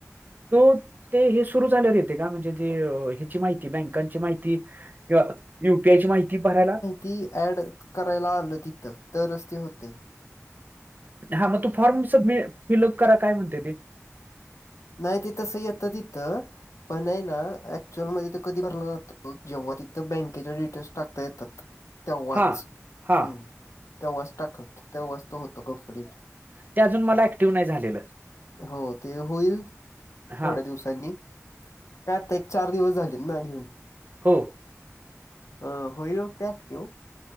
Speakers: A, on the right; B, on the left.
A: हो ते हे सुंरू झाल्यांवर एते कां? म्हणजे ते ह्यांची माहिती बँकांची माहिती ती किंवा युपीआंयची माहिती भरायलां.
B: ती ऍड करायलां आलं तिथं तरचं ते होतंय
A: हां मंग तूं फॉर्म सबमि फिलअप करां कायं म्हणतंय ते
B: नाहीं ते तसं येतं तिथं पणं यं नां ऍक्च्युअली मध्यें तो कधीं भरलां जांतो जेंव्हा तिथं बँकेच्यां डिटेल्स टांकता येतातं तेव्हांच
A: हा हा
B: हम्मं तेव्हांच टांकला तेव्हांच तो होतो कंप्लीट
A: त्यां अजूंन मंला ऍक्टिव्ह नाहीं झालेलं.
B: हो ते होईल थोड्यां
A: हा
B: दिवसांनी कायं आतां एक चार दिवसं झालेत नां घेऊनं.
A: हंम
B: हं होईलं अ पॉकपिऊ